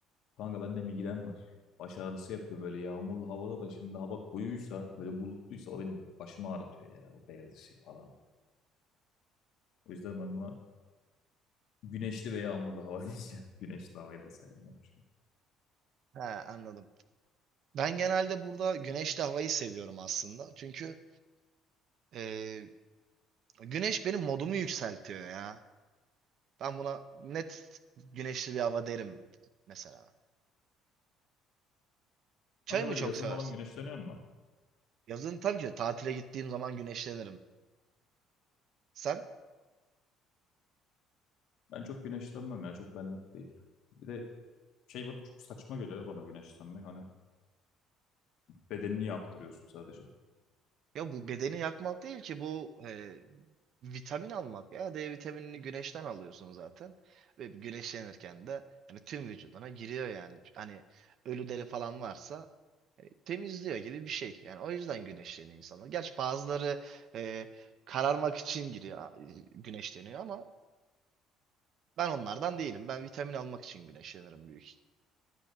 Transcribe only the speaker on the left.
Kanka bende migren var. Baş ağrısı yapıyor böyle yağmurlu havada da şimdi hava koyuysa böyle bulutluysa o benim başımı ağrıtıyor ya o beyaz ışık falan. O yüzden ben buna güneşli ve yağmurlu hava <laughs> diyeceğim. Güneşli havayı da sevmiyorum çünkü.
Kanka
böyle
yazın
falan güneşleniyor mu?
Ben çok güneşlenmem ya çok benlik değil. Bir de Şey bana çok saçma geliyor ya bana güneşlenmek. Hani bedenini yaktırıyorsun sadece.